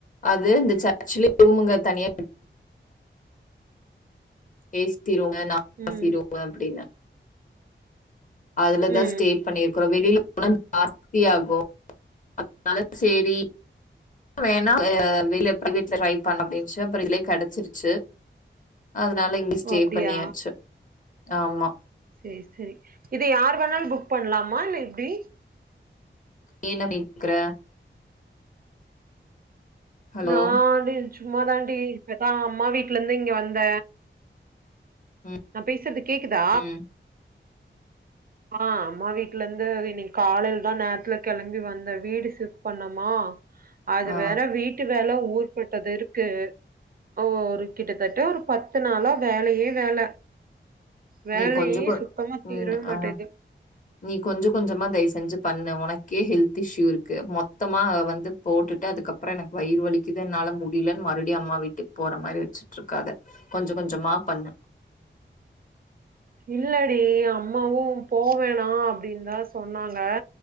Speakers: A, on the left; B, on the right.
A: அது இந்த சர்ச்லே ரூமுங்க தனியா இருக் ஏசி ரூமு நா <inaudible>
B: ம்
A: சிரூமு அப்டின்னு அதுலதா
B: ம்
A: ஸ்டே பண்ணிருக்குறோ வெளில உன்னு ஜாஸ்தியாகு அ <inaudible> னால சேரி வேணா அ வெளில பிரைவேட்ல ட்ரை பண்ண அப்டின்ட்டு அப்ற இதுலே கெடச்சிருச்சு அதனால இங்கே ஸ்டே
B: ஓ அப்டியா
A: பண்ணியாச்சு ஆமா
B: சேரி சேரி இத யாரு வேணாலு புக் பண்லாமா இல்ல எப்டி
A: நீ என்ன <inaudible> க்குற ஹலோ
B: நா டி சும்மாதான்டி இப்பதா அம்மா வீட்ல இருந்து இங்க வந்த
A: ம்
B: நா பேசறது கேக்குதா
A: ம்
B: ஆ அம்மா வீட்ல இருந்து இன்னிக்கி காலைலதா நேரத்துல கெளம்பி வந்த வீடு சிப்ட் பண்ணமா அது
A: ஆ
B: வேற வீட்டு வேல ஊர்ப்பட்டது இருக்கு ஓ ஒரு கிட்டத்தட்ட ஒரு பத்து நாளா வேலையே வேல வேலையே
A: நீ கொஞ்ச கொ
B: சுத்தமா தீரவே
A: ம்
B: மாட்டேது
A: ஆ நீ கொஞ்ச கொஞ்சமா தயவு செஞ்சு பண்ணு உனக்கே ஹெல்த் இஷு இருக்கு மொத்தமா வந்து போட்டுட்டு அதுக்கப் அப்றோ எனக்கு வயிறு வலிக்கிது என்னால முடிலன்னு மறுவடி அம்மா வீட்டுக் போற மாரி வெச்சிட்டுருக்காத கொஞ்ச கொஞ்சமா பண்ணு
B: இல்லடி அம்மாவு போவேணா அப்டின்னு தா சொன்னாங்க